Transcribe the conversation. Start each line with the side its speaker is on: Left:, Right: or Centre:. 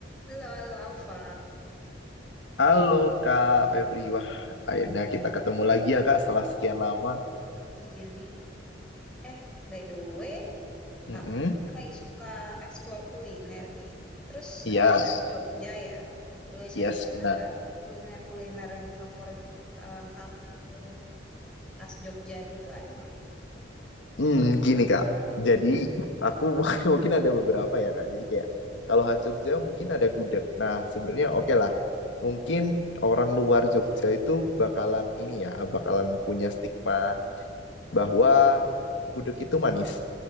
Centre: Halo, halo Alfa.
Left: Halo Kak Febri, wah akhirnya kita ketemu lagi ya Kak setelah sekian lama.
Centre: Iya nih. Eh, by the way,
Left: Mm-mm.
Centre: aku kan lagi suka explore kuliner nih. Terus
Left: Iya,
Centre: kamu di Jogja ya? Boleh cerita-cerita
Left: yes benar.
Centre: nggak kuliner-kuliner yang favorit eh, kamu yang khas Jogja gitu ada nggak?
Left: Hmm, gini Kak, jadi aku <laughs> mungkin ada beberapa ya Kak. Jadi kayak kalau khas Jogja mungkin ada gudeg. Nah sebenarnya oke lah, mungkin orang luar Jogja itu bakalan ini ya, bakalan punya stigma bahwa gudeg itu manis.